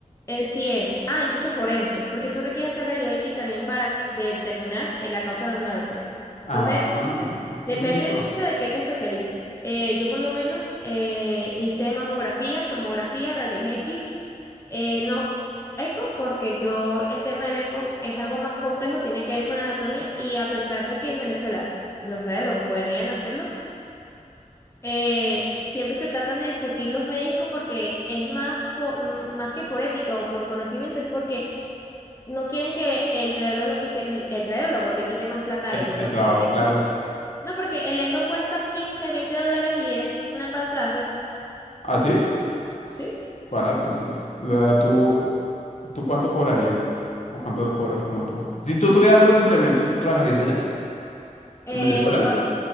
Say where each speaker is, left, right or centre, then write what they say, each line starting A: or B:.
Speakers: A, on the left (about 20°); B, on the left (about 55°).
A: en sí es, ah, incluso forense, porque tú requieres hacer rayos X también para determinar eh, la causa de una muerte. Entonces,
B: Ah, eso
A: depende
B: es bonito.
A: mucho de qué te especialices. Eh, yo por lo menos eh, hice mamografía, tomografía, rayos X, eh, no eco, porque yo el tema del eco es algo más complejo, tiene que ver con la anatomía y a pesar de que en Venezuela los radiólogos podrían hacerlo, eh, siempre se tratan de discutir los médicos porque es más, por, más que por ética o por conocimiento, es porque no quieren que el radiólogo, quite, el el radiólogo le quite más plata
B: El,
A: a ellos,
B: el
A: porque
B: trabajo,
A: el eco,
B: claro.
A: no, porque el eco cuesta 15 20 dólares y es una panza de hacer.
B: ¿Ah, sí?
A: Sí.
B: Barato, entonces. O sea, ¿tú, tú cuánto cobrarías? ¿O cuánto cobras como tú? Si tú tuvieras los implementos, ¿tú trabajarías allá?
A: ¿En
B: ¿En Venezuela?
A: dónde?